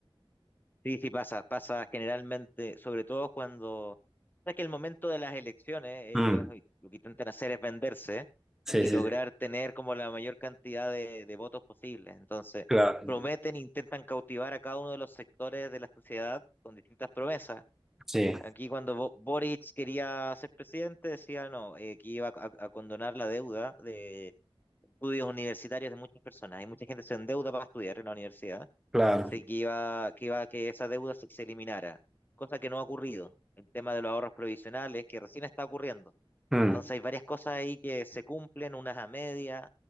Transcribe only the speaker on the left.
Sí, sí pasa, pasa generalmente, sobre todo cuando, sabes que el momento de las elecciones, ellos
lo que intentan hacer es venderse
y
lograr
tener como la mayor cantidad de, de votos posibles. Entonces,
prometen, intentan cautivar a cada uno de los sectores de la sociedad con distintas promesas.
Aquí cuando Bo- Boric quería ser presidente, decía no, eh, que iba a, a- condonar la deuda de estudios universitarios de muchas personas. Hay mucha gente que se endeuda para estudiar en la universidad.
Entonces, que iba, que iba a que esa deuda se, se eliminara, cosa que no ha ocurrido. El tema de los ahorros provisionales, que recién está ocurriendo.
Entonces, hay varias cosas ahí que se cumplen, unas a medias.